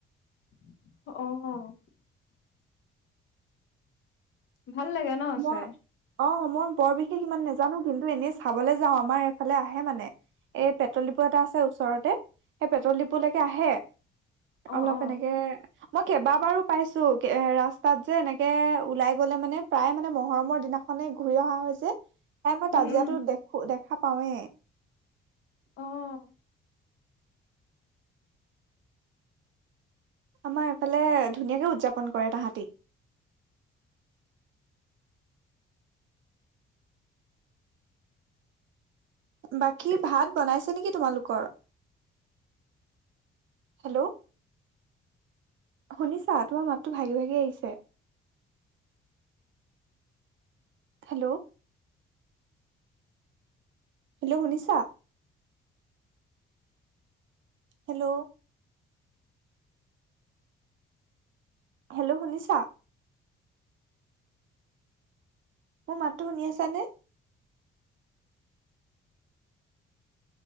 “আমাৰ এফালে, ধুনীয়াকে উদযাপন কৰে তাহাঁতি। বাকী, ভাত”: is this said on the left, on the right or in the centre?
Right